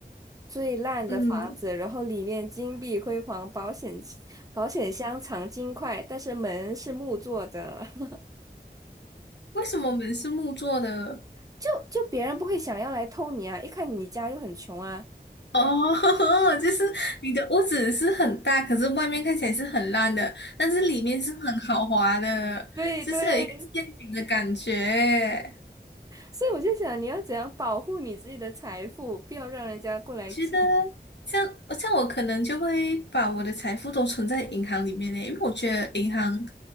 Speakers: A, on the right (about 20°); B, on the left (about 85°).
A: 最烂的房子，
B: 嗯，
A: 然后里面金碧辉煌，保险保险箱藏金块，但是门是木做的，<laughs>
B: 为什么门是木做的？
A: 就就别人不会想要来偷你啊，一看你家就很穷啊。
B: 哦，<laughs> 就是你的屋子是很大，可是外面看起来是很烂的，但是里面是很豪华的，
A: 对对对
B: 就是有一个陷阱的感觉。
A: 所以我就想，你要怎样保护你自己的财富，不要让人家过来觊觎。
B: 我觉得像像我可能就会把我的财富都存在银行里面呢，因为我觉得银行